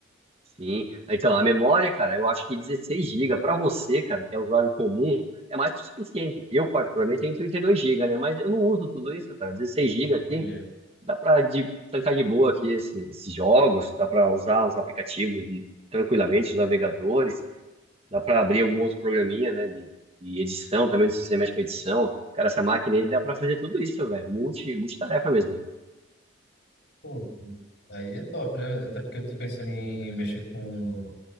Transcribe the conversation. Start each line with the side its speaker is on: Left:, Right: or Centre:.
Right: Sim. Ah, Então, a memória, cara, eu acho que 16 gigas para você, cara, que é usuário comum, é mais que o suficiente. Eu, particularmente, tenho 32 gigas, né? Mas eu não uso tudo isso, cara. 16 gigas aqui.
Left: Entendi.
Right: dá para de, trancar de boa aqui esse- esses jogos, dá para usar os aplicativos de- tranquilamente, os navegadores, dá para abrir algum outro programinha, né, de, de edição também, se você mexe com edição. Cara, essa máquina aí dá para fazer tudo isso, velho, multi, multitarefa mesmo.
Left: Pô, aí é top, né? Até porque eu tô pensando em mexer com